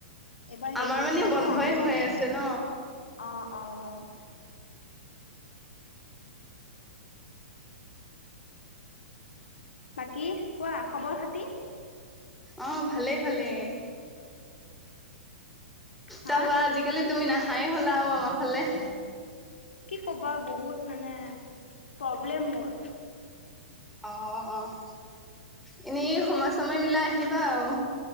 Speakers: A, on the left; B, in the centre.
A: এইবাৰ হেৰি
B: আমাৰ
A: দিছিলা
B: মানে
A: ন
B: বন্ধই
A: হাইছে
B: হৈ
A: অ',
B: আছে ন
A: অ', অ'। বাকী কোৱা খবৰ খাতি?
B: অ' ভালেই ভালেই।
A: হা
B: তাৰপা আজিকালি তুমি নাহাই হ'লা আৰু আমাৰ ফালে।
A: কি ক'বা বহুত মানে প্ৰব্লেম মোৰ।
B: অ', অ' এনেই সময় চময় মিলাই আহিবা আৰু।